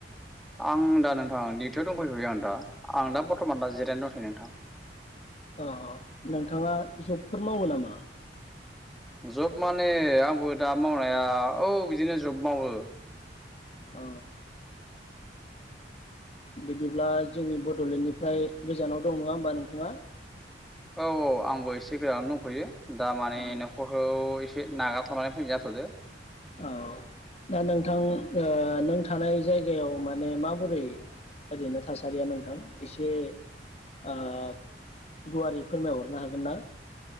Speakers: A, in the centre; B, on the left.
A: आं दा नोंथां दिउटियाव दंफैयथयो आं दा-आं दा बरथमान दा जिरायना दं थयो नोंथां।
B: औ नोंथांङा जबफोर मावो नामा।
A: जब माने आंबो दा मावनाया औ बिदिनो जब मावो।
B: औ। बिदिब्ला जोंनि बड'लेण्डनिफ्राय गोजानाव दं नङा होमबा नोंथाङा।
A: औ औ आंबो एसे गोजानाव दंफैयो। दा माने
B: औ
A: न'खरखौ ए से नागार थनानै फैनाय जाथ'दों।
B: औ दा नोंथां। ओ नों थानाय जायगायाव माने माबोरै ओरैनो थासारिया नोंथां एसे ओप गुवारै फोरमायहरनो हागोन ना?